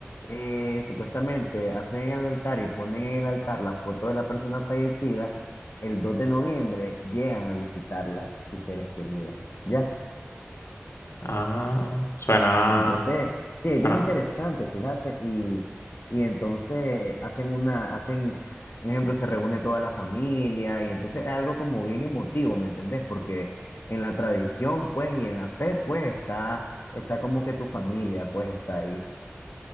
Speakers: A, on the left (about 55°); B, on the left (about 75°).
A: eh, supuestamente hacen el altar y ponen en el altar la foto de la persona fallecida, el 2 de noviembre llegan a visitarla sus seres queridos. ¿Ya?
B: Ah, suena,
A: ¿Me entendés? Sí, es
B: suena.
A: bien interesante, fíjate. Y, y entonces hacen una, hacen, un ejemplo, se reúne toda la familia y entonces es algo como bien emotivo, ¿me entendés? Porque en la tradición, pues, y en la fe, pues, está, está como que tu familia, pues, está ahí.